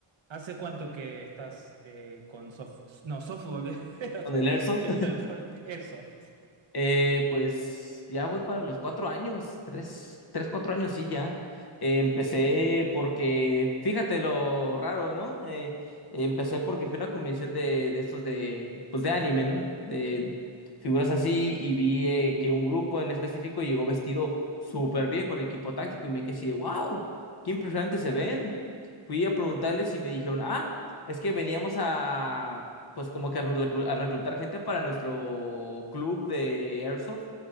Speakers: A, on the right; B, on the left.
A: ¿Hace cuánto que estás eh, con soft... No, softball, <laughs> el otro,
B: con el Airsoft.
A: el otro deporte, Airsoft.
B: Eh, pues ya voy para los cuatro años, tres, tres, cuatro años, sí, ya. Eh, empecé porque, fíjate lo raro, ¿no? Eh, empecé porque fui a una convención de, de estos de, pues de anime, ¿no? De figuras así y vi eh, que un grupo en específico llegó vestido súper bien con equipo táctico y me quedé así de, wow, qué impresionante se ven. Fui a preguntarles y me dijeron, ah, es que veníamos a pues como que a, reclu- a reclutar gente para nuestro club de Airsoft.